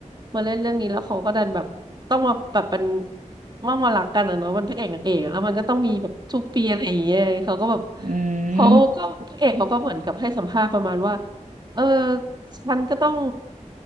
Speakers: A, on the right; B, on the right.
A: มาเล่นเรื่องนี้แล้วเขาก็ดันแบบต้องมาแบบเป็นต้องมารักกันอะเนาะมันพระเอกนางเอกอะแล้วมันก็ต้องมีแบบทุกปีอะไรอย่างเงี้ยเขาก็แบบ
B: อื
A: เขาก็พระเอกเขาก็เหมือนกับให้สัมภาษณ์ประมาณว่า
B: ม
A: เออฉันก็ต้อง